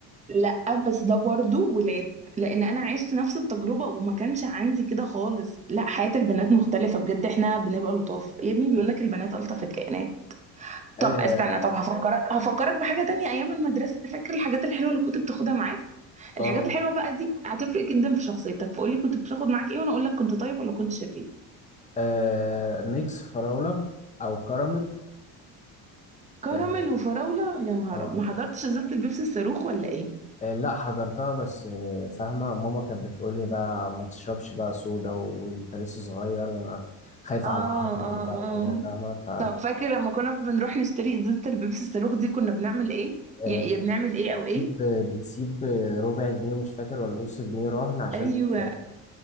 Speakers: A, on the right; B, on the left.
A: لا بس ده برضه ولاد لان انا عشت نفس التجربه وما كانش عندي كده خالص لا حياه البنات مختلفه بجد احنا بنبقى لطاف يا ابني بيقول لك البنات الطف الكائنات
B: اه
A: طب استنى طب هفكرك هفكرك بحاجة تانية أيام المدرسة فاكر الحاجات الحلوة اللي كنت بتاخدها معاك
B: اه,
A: الحاجات الحلوة بقى دي هتفرق جدا في شخصيتك فقولي كنت بتاخد معاك إيه وأنا أقول لك كنت طيب ولا كنت شرير
B: آه ميكس فراولة او كراميل
A: كراميل
B: اه
A: وفراولة يا نهار
B: آه.
A: أبيض. ما حضرتش إزازة البيبسي الصاروخ ولا إيه
B: آه، لا حضرتها بس آه، فاهمة ماما كانت بتقولي بقى ما تشربش بقى صودا وانت لسه صغير وانا خايفة
A: اه
B: على عظمك
A: اه
B: بقى
A: اه
B: وكده فاهمة ف
A: طب فاكر لما كنا بنروح نشتري إزازة البيبسي الصاروخ دي كنا بنعمل إيه
B: آه،
A: يا يا بنعمل إيه أو إيه
B: بتسيب بتسيب ربع جنيه ومش فاكر ولا نص جنيه رهن عشان
A: ايوه
B: الإزازة.